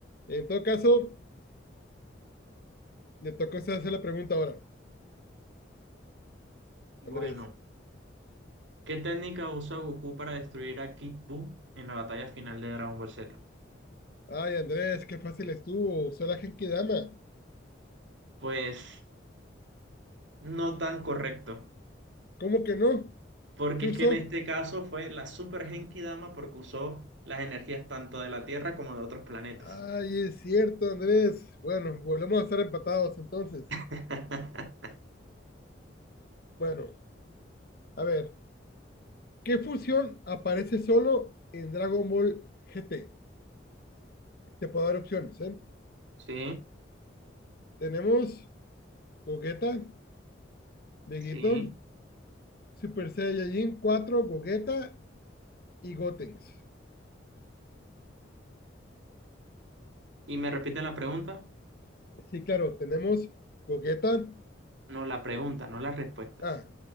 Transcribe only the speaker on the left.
en todo caso, le tocó a usted hacer la pregunta ahora,
Andrés.
Ay, Andrés, qué fácil estuvo, usó la Genkidama.
¿Cómo que no?
¿Qué
usó?
Ay, es cierto, Andrés. Bueno, volvemos a estar empatados entonces.
Bueno, a ver, ¿qué fusión aparece solo en Dragon Ball GT? Te puedo dar opciones, ¿eh?
Tenemos Gogeta, Vegito,
Super Saiyajin cuatro Gogeta y Gotenks.
Sí, claro, tenemos Gogeta.
Ah,